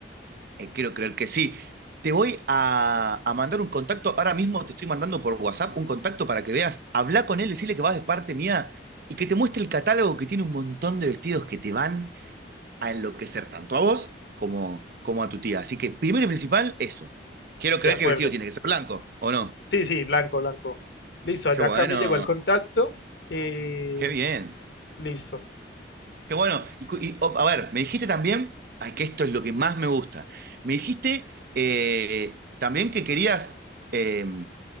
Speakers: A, on the right; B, on the left.
A: Eh, quiero creer que sí. Te voy a, a mandar un contacto. Ahora mismo te estoy mandando por WhatsApp un contacto para que veas. Habla con él, decirle que vas de parte mía y que te muestre el catálogo que tiene un montón de vestidos que te van a enloquecer tanto a vos como, como a tu tía. Así que, primero y principal, eso. Quiero creer
B: De acuerdo.
A: que el vestido tiene que ser blanco, ¿o no?
B: Sí, sí, blanco, blanco. Listo, allá
A: Qué bueno,
B: acá me llegó el contacto. eh,
A: qué bien,
B: listo.
A: qué bueno. Y, y, oh, a ver, me dijiste también, ay, que esto es lo que más me gusta. Me dijiste eh, también que querías, eh,